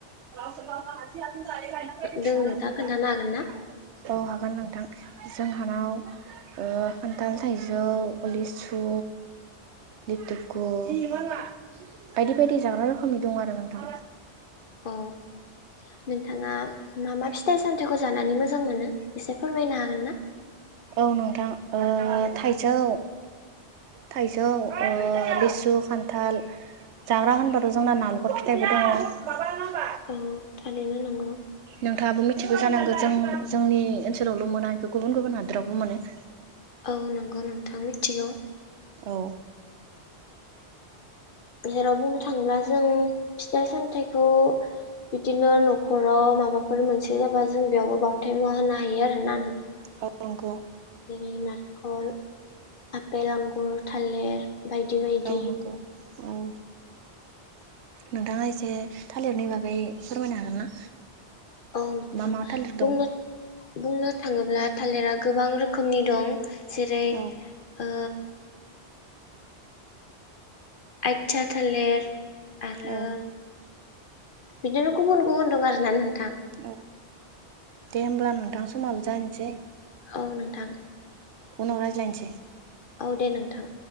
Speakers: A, on the right; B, on the left.
A: <unintelligible>
B: दों नोंथाङा खोन्थानो हागोन ना
A: औ हागोन नोंथां हानाव ओ खान्थाल थाइजौ लिसु लिथुकु बायदि बायदि जाग्रा रोखोमनि दं आरो नोंथां
B: अ नोंथाङा <unintelligible> फिथाइ सामथाइखौ जानानै मोजां मोनो एसे फोरमायनो हागोन ना?
A: औ नोंथां ओ थाइजौ थाइजौ ओ लिसु खान्थाल जाग्रा होनबाथ' जोंना नालखर फिथाइबो दङ।
B: औ थारैनो नंगौ
A: नोंथाङाबो मिथिगौ जानांगो जों जोंनि ओनसोलावल' मोना बेखौ गुबुन गुबुन हादोरावबो मोनो
B: औ नंगौ नोंथां मिथिगौ
A: औ
B: जेराव बुंनो थाङोब्ला जों फिथाइ सामथाइखौ बिदिनो न'खराव माबाफोर मोनसे जाबा जों बेयावबो बावथाइ मुवा होनो हायो आरोना
A: औ नंगौ
B: नारखल आपेल आंगुर थालिर बायदि बायदि
A: औ नंगौ औ नोंथाङा एसे थालिरनि बागै फोरमायनो हागोन ना?
B: औ नोंथां
A: मा मा थालिर दं?
B: बुंनो बुंनो थाङोब्ला थालिरा गोबां रोखोमनि दं जेरै
A: औ
B: ओ आथया थालेर आरो
A: औ
B: बिदिनो गुबुन गुबुन दं आरोना नों
A: औ दे होब्ला नोंथां समाबो जानोसै
B: औ नोंथां
A: उनाव रायज्लायनोसै
B: औ दे नोंथां